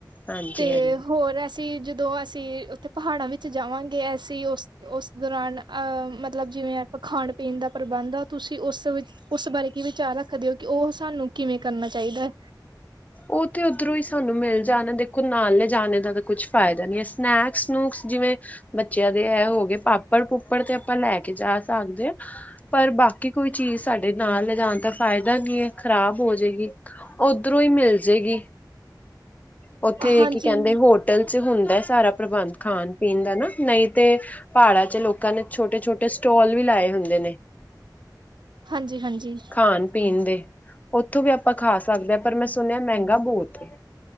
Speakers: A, on the left; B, on the right.
A: ਹਾਂਜੀ-ਹਾਂਜੀ।
B: ਤੇ ਹੋਰ ਐਸੇ, ਅਸੀਂ ਜਦੋਂ ਅਸੀਂ ਉੱਥੇ ਪਹਾੜਾਂ ਵਿੱਚ ਜਾਵਾਂਗੇ, ਅਸੀਂ ਉਸ ਉਸ ਦੌਰਾਨ ਅਹ ਮੱਤਲਬ ਜਿਵੇਂ, ਆਪਾਂ ਖਾਣ-ਪੀਣ ਦਾ ਪ੍ਰਬੰਧ ਆ ਤੁਸੀਂ ਉਸ ਵਿੱਚ ਉਸ ਬਾਰੇ ਕੀ ਵਿਚਾਰ ਰੱਖਦੇ ਹੋ, ਕਿ ਉਹ ਸਾਨੂੰ ਕਿਵੇਂ ਕਰਨਾ ਚਾਹੀਦਾ ਹੈ।
A: ਉਹ ਤੇ ਉੱਧਰੋਂ ਹੀ ਸਾਨੂੰ ਮਿਲ ਜਾਣ ਦੇਖੋ, ਨਾਲ ਲਜਾਣੇ ਦਾ ਤਾਂ ਕੁੱਛ ਫਾਇਦਾ ਨੀ। ਸਨੈਕਸ-ਸਨੂਕਸ ਜਿਵੇਂ, ਬੱਚਿਆਂ ਦੇ ਇਹ ਹੋ ਗਏ ਪਾਪੜ ਪਾੱਪੜ ਪੁੱਪੜ ਤੇ ਆਪਾਂ ਲੈ ਕੇ ਜਾ ਸਕਦੇ ਹਾਂ, ਪਰ ਬਾਕੀ ਕੋਈ ਚੀਜ਼ ਸਾਡੇ ਨਾਲ ਲਿਜਾਣ ਤਕ ਫਾਇਦਾ ਕੀ ਹੈ, ਖ਼ਰਾਬ ਹੋ ਜਾਏਗੀ, ਉਧਰੋਂ ਹੀ ਮਿਲ ਹੋਜੇਗੀ, ਉੱਥੇ
B: ਹਾਂਜੀ
A: ਕੀ ਕਹਿੰਦੇ ਹੋਟਲ ਚੱ ਹੁੰਦਾ ਸਾਰਾ ਪ੍ਰਬੰਧ ਖਾਣ ਪੀਣ ਦਾ ਨਾ, ਨਹੀਂ ਤੇ ਪਹਾੜਾਂ ਵਿੱਚ ਲੋਕਾਂ ਨੇ, ਛੋਟੇ ਛੋਟੇ ਸਟਾੱਲ ਵੀ ਲਾਏ ਹੁੰਦੇ ਨੇ।
B: ਹਾਂਜੀ ਹਾਂਜੀ
A: ਖਾਣ ਪੀਣ ਦੇ, ਉੱਥੋਂ ਵੀ ਆਪਾਂ ਖਾ ਸਕਦੇ ਹਾਂ, ਪਰ ਮੈਂ ਸੁਣਿਆ ਮਹਿੰਗਾ ਬਹੁੱਤ ਐ।